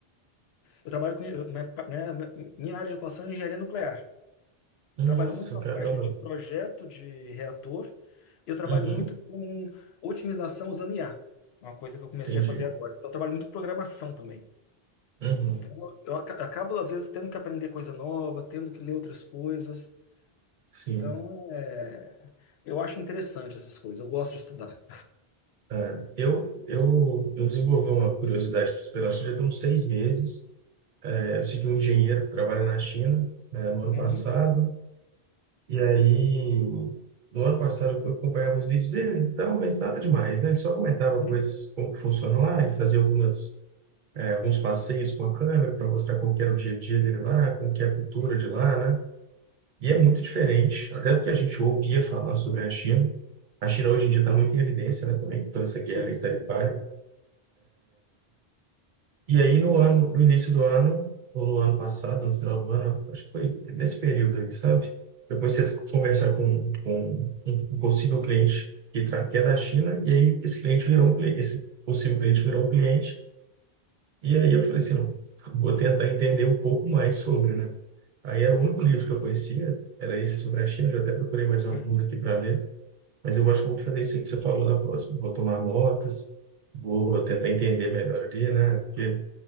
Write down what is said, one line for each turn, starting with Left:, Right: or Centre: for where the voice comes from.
Left: Eu trabalho com. eu- Minha, pa- minha, minha área de atuação é engenharia nuclear.
Right: Nossa,
Left: Eu trabalho muito na
Right: caramba.
Left: parte de projeto de reator e eu trabalho
Right: Uhum,
Left: muito com otimização usando IA. É Uma coisa que eu comecei
Right: entendi.
Left: a fazer agora. Então, eu trabalho muito com programação também.
Right: Uhum,
Left: Então, eu aca- acabo, às vezes, tendo que aprender coisa nova, tendo que ler outras coisas.
Right: sim.
Left: Então, é, eu acho interessante essas coisas. Eu gosto de estudar.
Right: É, eu, eu, eu desenvolvi uma curiosidade pela China já tem uns seis meses. É, Eu segui um engenheiro que trabalha na China, né, no ano
Left: Uhum,
Right: passado. E aí, do ano passado, eu acompanhava os vídeos dele, então, mas nada demais, né? Ele só comentava
Left: uhum,
Right: coisas, como que funciona lá, ele fazia algumas, eh, alguns passeios com a câmera para mostrar como que era o dia a dia dele lá, como que é a cultura
Left: uhum.
Right: de lá, né? E é muito diferente, até do que a gente ouvia falar sobre a China. A China hoje em dia está muito em evidência, né, também, com toda essa guerra
Left: Sim,
Right: aí
Left: sim.
Right: tarifária E aí no ano, no início do ano, ou no ano passado, no final do ano, acho que foi nesse período aí, sabe? Eu comecei a conversar com, com um um possível cliente que, tra- que é da China, e aí esse cliente virou um cliente, esse possível cliente virou um cliente, e aí eu falei assim, não, vou tentar entender um pouco mais sobre, né? Aí era o único livro que eu conhecia, era esse sobre a China, já até procurei mais alguns
Left: Uhum.
Right: aqui para ler, mas eu acho que eu vou fazer isso aí que você falou na próxima, vou tomar notas, vou tentar entender melhor ali, né? Porque